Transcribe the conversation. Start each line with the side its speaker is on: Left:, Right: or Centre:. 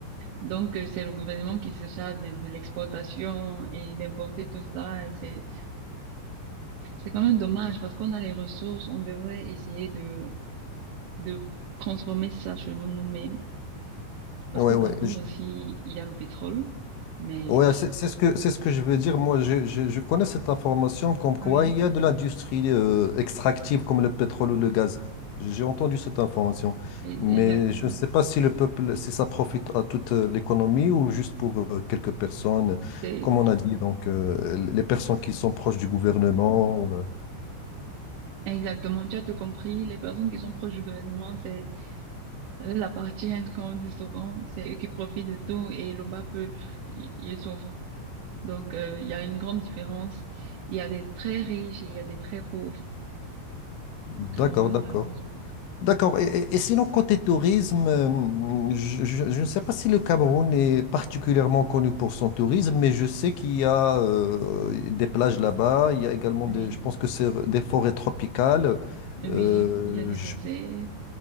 Right: Donc, euh, c'est le gouvernement qui se charge de, de l'exportation et d'importer tout ça. Et c'est, c'est quand même dommage parce qu'on a les ressources. On devrait essayer de, de transformer ça chez nous nous-mêmes. Parce
Left: Ouais,
Right: qu'au
Left: ouais,
Right: Cameroun
Left: je-
Right: aussi, il y a le pétrole. Mais
Left: ouais, c'est c'est ce que, c'est ce que je veux dire. Moi, je, je, je connais cette information comme quoi
Right: oui,
Left: il y a de l'industrie euh, extractive comme le pétrole ou le gaz. J'ai entendu cette information.
Right: e-
Left: Mais
Right: exactement.
Left: je ne sais pas si le peuple, si ça profite à toute euh, l'économie ou juste pour euh, quelques personnes,
Right: C'est-
Left: comme on a dit, donc euh, les personnes qui sont proches du gouvernement. euh.
Right: Exactement, tu as tout compris. Les personnes qui sont proches du gouvernement, c'est Ça les appartient, comme on dit souvent. C'est eux qui profitent de tout et le bas peuple, i- ils souffrent. Donc, euh, il y a une grande différence. Il y a des très riches et il y a des très pauvres
Left: D'accord,
Right: au Cameroun,
Left: d'accord.
Right: malheureusement.
Left: D'accord. Et, et- et sinon, côté tourisme, euh, je, je- je ne sais pas si le Cameroun est particulièrement connu pour son tourisme, mais je sais qu'il y a euh, des plages là-bas. Il y a également
Right: Oui,
Left: des, je pense que c'est des forêts tropicales. Mhm.
Right: oui,
Left: Euh,
Right: il y a les
Left: je
Right: réserves.